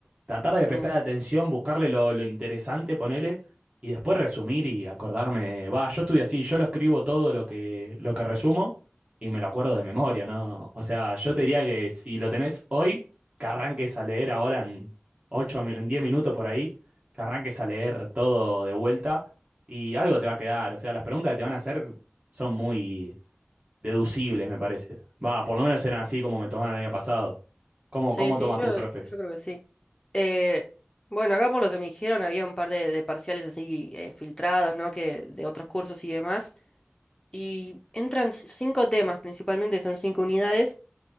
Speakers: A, on the right; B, on the left.
A: tratar de
B: mm.
A: prestar atención, buscarle lo, lo interesante, ponele, y después resumir y acordarme. Va, yo estuve así, yo lo escribo todo lo que, lo que resumo y me lo acuerdo de memoria, ¿no? O sea, yo te diría que si lo tenés hoy, que arranques a leer ahora en ocho, mi- en 10 minutos por ahí, que arranques a leer todo de vuelta y algo te va a quedar. O sea, las preguntas que te van a hacer son muy deducibles, me parece. Va, por lo menos eran así como me tomaron el año pasado. ¿Cómo,
B: Sí,
A: cómo
B: sí,
A: toma
B: yo,
A: tu profe?
B: yo creo que sí. Eh, bueno, acá por lo que me dijeron había un par de, de parciales así eh, filtrados, ¿no? Que de otros cursos y demás. Y entran c- cinco temas principalmente, son cinco unidades.